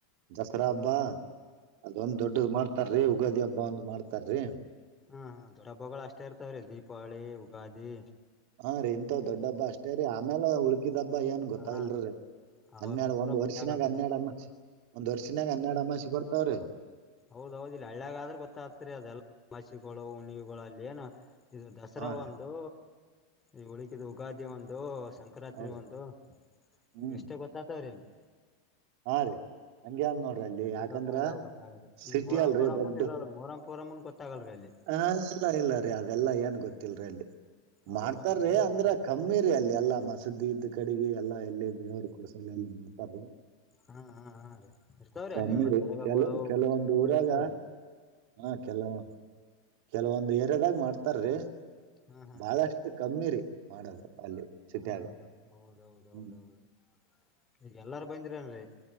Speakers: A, on the right; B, on the left.
A: ದಸರಾ ಹಬ್ಬಾ ಅದೊಂದ್ ದೊಡ್ಡದ ಮಾಡ್ತಾರ್ರೀ
B: ಮಾತಿ
A: ಉುಗಾದಿ ಹಬ್ಬ ಒಂದ ಮಾಡ್ತಾರ್ರಿ
B: ಹ್ಮ ಹ ದೊಡ್ಡ ಹಬ್ಬಗಳು ಅಷ್ಟೇ ಇರ್ತವ್ರೀ ದೀಪಾವಳಿ ಯುಗಾದಿ
A: ಹಾ ರೀ ಇಂತಥ ದೊಡ್ಡ ಹಬ್ಬ ಅಷ್ಟೇ ರರಿ ಆಮೇಲೆ ಉಳ್ಕಿದ್ ಹಬ್ಬ ಏನ್ ಗೊತ್ತ
B: ಹಾ
A: ಇಲ್ರರಿ
B: ಅವ
A: ಹನ್ನೆರಡು
B: ಬೆಂಗ್ಳೂರಾಗ
A: ಒಂದ್ ವರ್ಷಿನಾಗ
B: ಗೊತ್ತಾಗಲ್ರಿ
A: ಹನ್ನೆರಡ್ ಅಮ್ಮಾಿ ಒಂದ್ ವರ್ಷಿನಾಗ ಹನ್ನೆರಡ್ ಅಮ್ಮಾಷಿ ಬರ್ತಾವ್ರೀ
B: ಹೌದೌದಿಲ್ಲಲ್ಲ ಹಳ್ಳ್ಯಾಗಾದ್ರೆ ಗೊತ್ತಾಗ್ತರಿ ಅದೆಲ್ಲ ಮಸಿಗಳು ಉಣಿವುಗಳು ಅಲ್ಲಿ ಏನ ಇದು ದಸರಾ
A: ಹಾ ರೀ
B: ಒಂದು ಈ ಉಳಿಕಿದ ಉುಗಾದಿ ಒಂದು ಸಂಕ್ರಾಂತರಿ
A: ಹೌದ್
B: ಒಂದು
A: ಹ್ಮ್
B: ಇ ಎಷ್ಟೇ ಗೊತ್ತಾತವ್ರ ಎಲ್ಲಿ
A: ಹಾ ರೀ ಹಂಗಗೆ ಅನ್ ನೋಡ್ರಿ ಅಲ್ಲಿ
B: ಉಳಕಿದ
A: ಯಾಕಂದ್ರ
B: ಹಬ್ಬ ಯಾವ್ ಗೊತ್ತಾಗದು
A: ಸಿಟಿ
B: ಈ ಮೊರಂ
A: ಅಲ್ರಿ
B: ಪರಮನ್
A: ದೊಡ್ಡ
B: ಇರಲ್ಲ ಮೊರಂ ಪರಮನ್ ಗೊತ್ತಾಗಲ್ರಿ ಅಲ್ಲಿ
A: ಹಾ ಇಲ್ಲ ಇಲ್ಲ ರೀ ಅದೆಲ್ಲಾ ಏನ್ ಗೊತ್ತಿಲ್ರಿ ಅಲ್ಲಿ
B: ಹೌದೌದು
A: ಮಾಡ್ತಾರೀ
B: ಏನ್
A: ಅಂದ್ರ
B: ಗೊತ್ತಾಗದು
A: ಕಮ್ಮಿ ರರಿ ಅಲ್ಲಿ ಎಲ್ಲಾ ಮಸೂ್ದಿ ಇದ್ದ್ ಕಡೆ ಅ ಎಲ್ಲ ಎಲ್ಲಿ ದೇವರು ಕಡಸಲ್ಲಿ ಮಾಡತಾರು
B: ಹಾ ಹಾ ಹಾ ರೀ ಇರ್ತಾವ್ರಿ
A: ಕಮ್ಮಿ
B: ಅಲ್ಲಿನ್ ಮತ್
A: ರೀ
B: ದರಗಗಳು
A: ಕೆಲವು ಕೆಲವೊಂದು
B: ಮಸ್ತಿಗಳು
A: ಊರಾಗ
B: ಇರ್ತಾವ್ರಿ
A: ಹಾ ಕೆಲವ ಕೆಲವೊಂದ್ ಏರಯದಾಗ ಮಾಡ್ತಾರ್ರಿ
B: ಹಾ ಹಾ
A: ಬಹಳಷ್ಟು
B: ರೀ
A: ಕಮ್ಮಿ ರರಿ ಮಾಡೋದು ಅಲ್ಲಿ ಸಿಟ್ಯಾಗ
B: ಹಾ ಹಾ ಹೌದೌದೌದೌದು
A: ಹ್ಮ್
B: ಈಗ ಎಲ್ಲಾರ ಬಂದಿರನ್ರಿ